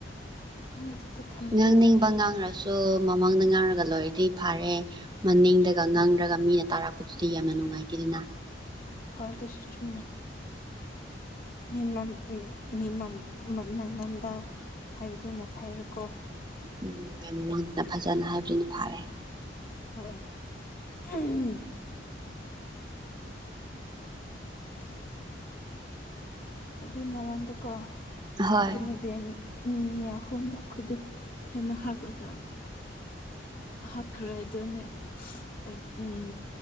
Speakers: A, on the left (about 50°); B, on the right (about 25°).
A: ꯑꯗꯨꯗꯤ ꯈꯪꯗꯦ
B: ꯉꯥꯡꯅꯤꯡꯕ ꯉꯥꯡꯔꯁꯨ ꯑꯣ ꯃꯃꯥꯡꯗ ꯉꯥꯡꯔꯒ ꯂꯣꯏꯔꯗꯤ ꯐꯥꯔꯦ ꯃꯅꯤꯡꯗꯒ ꯉꯥꯡꯔꯒ ꯃꯤꯅ ꯇꯥꯔꯛꯄꯗꯨꯗꯤ ꯌꯥꯝꯅ ꯅꯨꯡꯉꯥꯏ ꯅꯨꯡꯉꯥꯏꯇꯦꯗꯅ
A: ꯍꯣꯏ ꯑꯗꯨꯁꯨ ꯆꯨꯨꯝꯃꯦ ꯃꯤꯃꯝ ꯎꯝ ꯃꯤꯃꯝ ꯃ ꯅꯟꯗ ꯍꯥꯏꯕꯗꯨꯅ ꯐꯩꯕꯀꯣ
B: ꯎꯝ ꯃ ꯃꯃꯥꯡꯗꯅ ꯐꯖꯅ ꯍꯥꯏꯕꯗꯨꯅ ꯐꯥꯔꯦ
A: ꯍꯣꯏ ꯎꯝ <inaudible> ꯑꯗꯨꯏ ꯅꯔꯥꯡꯗꯀꯣ
B: ꯑꯍꯣꯏ
A: ꯑꯩꯈꯣꯏ ꯅꯨꯕꯤ ꯃꯤ ꯑꯍꯨꯝ ꯑꯩꯈꯣꯏꯗ ꯍꯦꯟꯅ ꯍꯥꯞꯕꯔꯒ ꯍꯥꯞꯈ꯭ꯔꯦ ꯑꯗꯨꯅꯦ ꯑꯩ ꯎꯝ